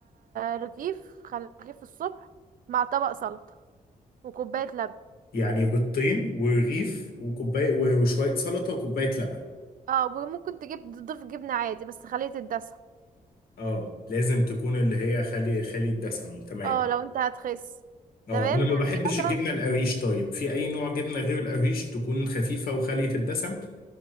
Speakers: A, on the right (about 65°); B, on the left (about 80°).
A: رغيف خلي رغيف الصبح مع طبق سلطة وكوباية لبن
B: يعني بيضتين ورغيف وكوباية وشوية سلطة وكوباية لبن
A: اه وممكن تجيب تضيف جبنة عادي بس خليه تتدسى
B: اه لازم تكون اللي هي خالي خالي الدسم تمام
A: اه لو انت هتخس
B: اه
A: تمام
B: انا ما
A: هتيجي
B: بحبش
A: مثلا
B: الجبنه القريش طيب في اي نوع جبنه غير القريش تكون خفيفه وخاليه الدسم